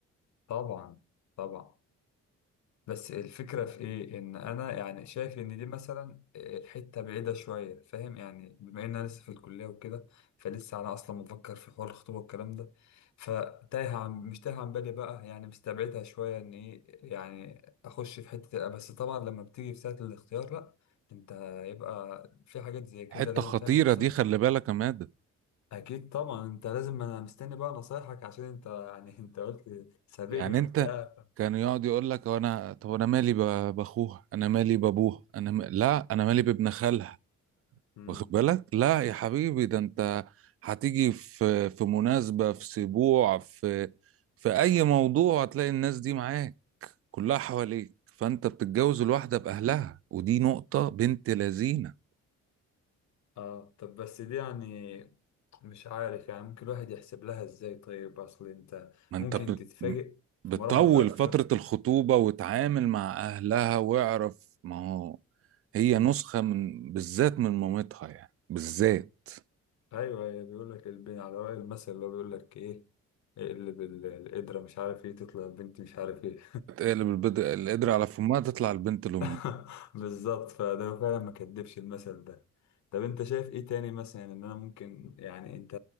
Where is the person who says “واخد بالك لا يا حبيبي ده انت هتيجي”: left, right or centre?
Right